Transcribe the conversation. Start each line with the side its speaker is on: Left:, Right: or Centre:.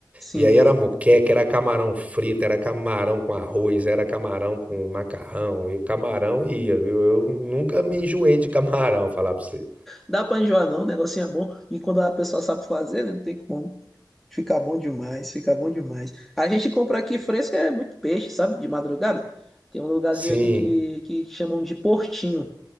Centre: Sim.
Right: E aí era moqueca, era camarão frito, era camarão com arroz, era camarão com macarrão. E o camarão ia, viu? Eu nunca me enjoei de camarão, falar pra você.
Centre: Dá pra enjoar, não. O negocinho é bom. E quando a pessoa sabe fazer, né? Não tem como. Fica bom demais, fica bom demais. A gente compra aqui fresco é muito peixe, sabe? De madrugada. Tem um lugarzinho
Right: Sim.
Centre: aqui que, que chamam de Portinho.